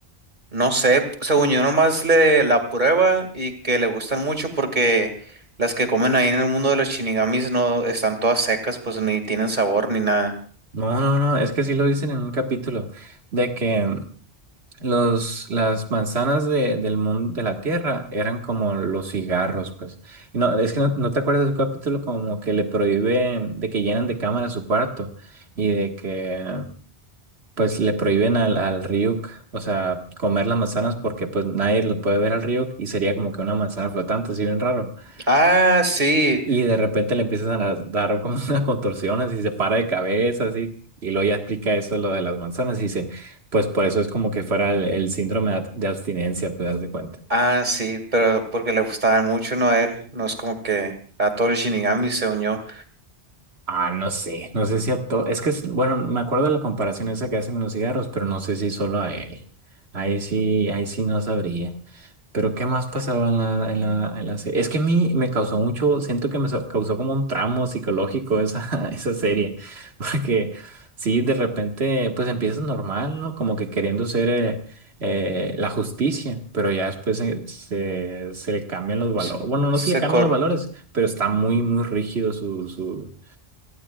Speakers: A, on the right (about 45°); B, on the right (about 80°).
A: no sé, según yo nomás le la prueba y que le gustan mucho porque las que comen ahí en el mundo de los shinigamis no están todas secas, pues ni tienen sabor ni nada.
B: No, no, no, es que sí lo dicen en un capítulo, de que mm, los, las manzanas de, del mundo de la Tierra eran como los cigarros, pues. Y no, es que no, no te acuerdas de un capítulo como que le prohíben, de que llenan de cámara su cuarto y de que... pues le prohíben al, al Ryuk, o sea, comer las manzanas porque pues nadie lo puede ver al Ryuk y sería como que una manzana flotante, así bien raro.
A: Ah, sí.
B: Y, y de repente le empiezan a dar como <laughs> unas contorsiones y se para de cabeza, así. Y luego ya explica eso, lo de las manzanas, y dice, pues por eso es como que fuera el, el síndrome de ab- de abstinencia, pues das de cuenta.
A: Ah, sí, pero porque le gustaban mucho, ¿no? A él, no es como que a todos los shinigamis, según yo.
B: Ah, no sé, no sé si a todo. Es que, es- bueno, me acuerdo de la comparación esa que hacen con los cigarros, pero no sé si solo a él. Ahí sí, ahí sí no sabría. Pero ¿qué más pasaba en la, en la, en la serie? Es que a mí me causó mucho, siento que me so- causó como un tramo psicológico esa, <laughs> esa serie. Porque sí, de repente, pues empiezas normal, ¿no? Como que queriendo ser eh, eh, la justicia, pero ya después se, se, se le cambian los valores.
A: Se,
B: Bueno, no
A: se
B: se le cambian
A: cor-
B: los valores, pero está muy, muy rígido su su